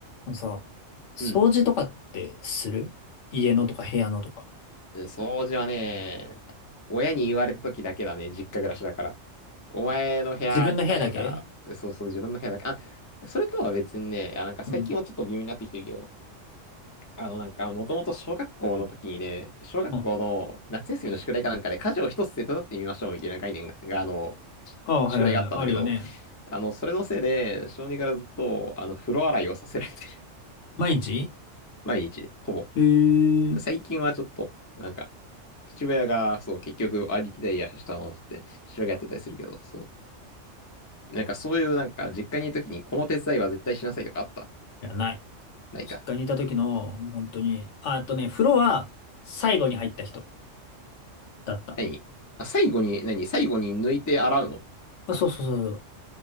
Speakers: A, on the left; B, on the left.
A: あのさ、掃除とかってする家のとか部屋のとか。
B: うん。で掃除はね、親に言われた時だけだね、実家暮らしだから。お前の部屋汚ねえから、
A: 自分の部屋だけ
B: そうそう、自分の部屋だけ。あ、それとは別にね、あ、なんか最近はちょっと微妙になってきてるけど、
A: うん。
B: あのなんか、もともと小学校の時にね、小学校の夏休みの宿題かなんかで家事を一つ手伝ってみましょうみたいな概念が、
A: うん
B: があの、し宿題があったんだけど、
A: ああ、はいはいはい、あるよね。
B: あの、それのせいで、小児からずっと、あの、風呂洗いをさせられてる。
A: 毎日
B: 毎日、ほぼ。
A: うーい
B: 最近はちょっと、なんか、父親が、そう、結局、ありきでいやしたものって、父親がやってたりするけど、そう。なんかそういう、なんか、実家にいるときに、この手伝いは絶対しなさいとかあった
A: や、ない。
B: ないか。
A: 実家にいた時の、もう本当に。あ、あとね、風呂は最後に入った人だった。
B: 何あ、最後に、何最後に抜いて洗うの
A: あ、そうそうそう